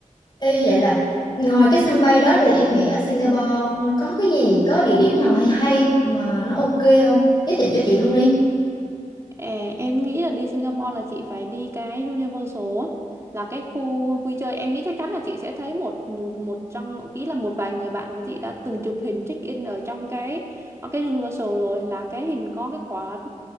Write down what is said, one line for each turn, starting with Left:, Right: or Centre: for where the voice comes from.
Left: Ê, vậy là ngoài cái sân bay đó thì em nghĩ ở Singapore có cái gì, có địa điểm nào hay hay mà nó ok không? Giới thiệu cho chị luôn đi.
Right: À, em nghĩ là đi Singapore là chị phải đi cái Universal á, là cái khu vui chơi em nghĩ chắc chắn là chị sẽ thấy một một, một trong ý là một vài người bạn của chị đã từng chụp hình check in ở trong cái ở cái Universal rồi là cái hình có cái quả